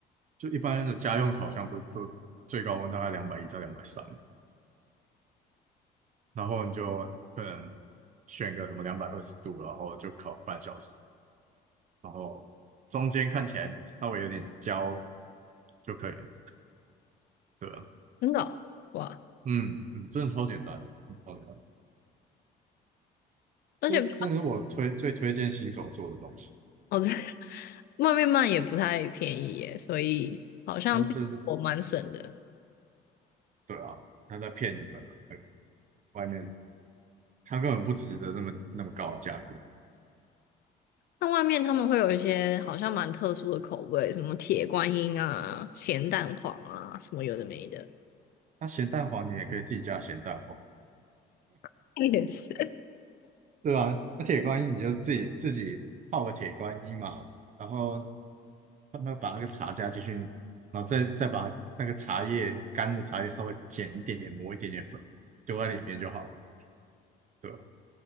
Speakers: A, on the right; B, on the left.
A: 就一般的家用烤箱不是都最高温大概两百一到两百三嘛。然后你就可能选个什么两百二十度，然后就烤半小时，然后中间看起来稍微有点焦就可以了。对啊，
B: 真的哦哇！
A: 嗯嗯，真的超简单，超简单。
B: 而且八
A: 这这是我推最推荐新手做的东西，
B: 哦，这 <laughs> 外面卖也不太便宜耶，所以好像自己我蛮省的。
A: 但是对啊，他在骗你们啊那个外面他根本不值得那么那么高的价格。
B: 那外面他们会有一些好像蛮特殊的口味，什么铁观音啊、咸蛋黄啊，什么有的没的。
A: 那咸蛋黄你也可以自己加咸蛋黄，
B: <laughs> 也是，
A: 对啊，那铁观音你就自己自己泡个铁观音嘛，然后让它把那个茶加进去，然后再再把那个茶叶干的茶叶稍微剪一点点，磨一点点粉，丢在里面就好了，对吧？